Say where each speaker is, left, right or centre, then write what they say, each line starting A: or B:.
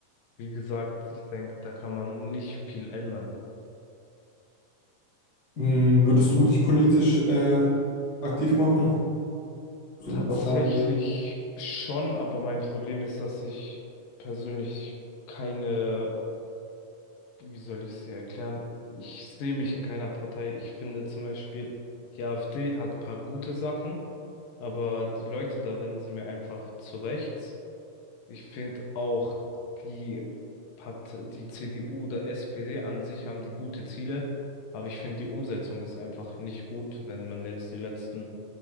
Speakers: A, on the left; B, on the left.
A: wie gesagt, ich denke, da kann man nicht viel ändern.
B: Hm, würdest du dich politisch, äh, aktiv machen? für
A: Tatsächlich
B: eine Partei gehen.
A: schon, aber mein Problem ist, dass ich persönlich keine, wie soll ich sie erklären? Ich sehe mich in keiner Partei. Ich finde zum Beispiel, die AfD hat paar gute Sachen, aber die Leute darin sind mir einfach zu rechts. Ich finde auch die Part die CDU oder SPD an sich haben die gute Ziele, aber ich finde die Umsetzung ist einfach nicht gut, wenn man jetzt die letzten